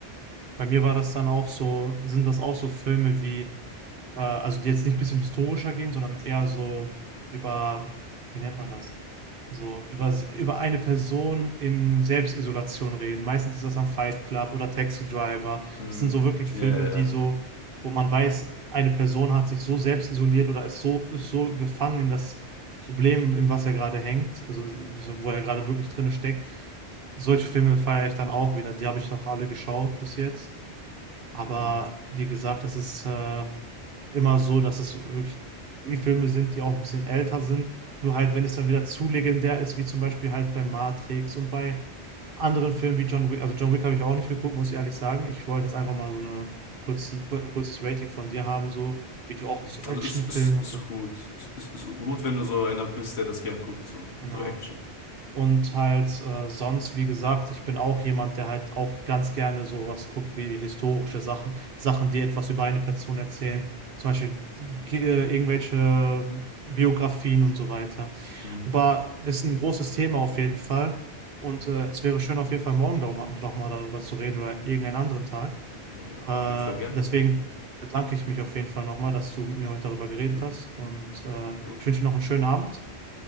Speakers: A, on the right; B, on the left.
A: Bei mir war das dann auch so sind das auch so Filme wie äh, also die jetzt nicht ein bisschen historischer gehen, sondern eher so über, wie nennt man das? So über, über eine Person in Selbstisolation reden. Meistens ist das dann Fight Club oder Taxi Driver.
B: Mhm.
A: Das sind so wirklich
B: Ja,
A: Filme,
B: ja, ja.
A: die so, wo man weiß, eine Person hat sich so selbst isoliert oder ist so, ist so gefangen in das Problem, in was er gerade hängt, also wo wo er gerade wirklich drinne steckt. Solche Filme feiere ich dann auch wieder. Die habe ich noch alle geschaut bis jetzt. Aber
B: Mhm.
A: wie gesagt, das ist äh, immer so, dass es wirklich die Filme sind, die auch ein bisschen älter sind. Nur halt, wenn es dann wieder zu legendär ist, wie zum Beispiel halt bei Matrix und bei anderen Filmen wie John Wick. Also John Wick habe ich auch nicht geguckt, muss ich ehrlich sagen. Ich wollte jetzt einfach mal so eine kurzen, ein kurzes Rating von dir haben, so wie du auch
B: Mhm.
A: zu Actionfilmen
B: Also ist, ist,
A: und
B: ist
A: so.
B: gut. Ist, ist, ist gut, wenn du so einer bist, der das gern guckt, so,
A: Genau.
B: so Action.
A: Und halt äh, sonst, wie gesagt, ich bin auch jemand, der halt auch ganz gerne sowas guckt wie historische Sachen, Sachen, die etwas über eine Person erzählen, zum Beispiel äh, irgendwelche Biografien und so weiter.
B: Mhm.
A: Aber ist ein großes Thema auf jeden Fall. Und äh, es wäre schön, auf jeden Fall morgen doch mal, doch mal darüber zu reden oder irgendeinen anderen Tag.
B: Naja,
A: Äh,
B: auf jeden Fall gerne.
A: deswegen bedanke ich mich auf jeden Fall nochmal, dass du mit mir heute darüber geredet
B: Jo,
A: hast. Und äh, ich
B: jo,
A: wünsche dir noch einen schönen Abend